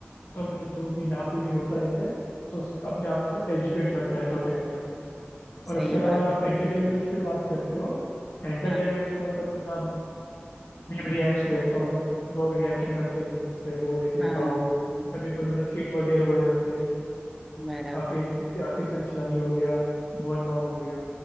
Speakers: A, on the left (about 50°); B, in the centre.
A: तो मैं जो भी यहाँ पे भी होता रहता है तो उस अपने आप को एजुकेट करता रहता हूँ टाइम टू टाइम
B: सही
A: और उसके अलावा
B: बात
A: अगर आप
B: है
A: एंटरटेनमेंट पे बात करते हो एंटरटेनमेंट
B: हाँ
A: तो मतलब है ना मीम रिएक्ट देखता हूँ मतलब लोग रिएक्शन करते हैं मीम्स पे वो देख लेता
B: हाँ
A: हूँ कभी कोई ना स्किट वगैरह हो जाते हैं
B: बराबर
A: काफी जैसे आशीष चंचलानी हो गया भुवन बाम हो गया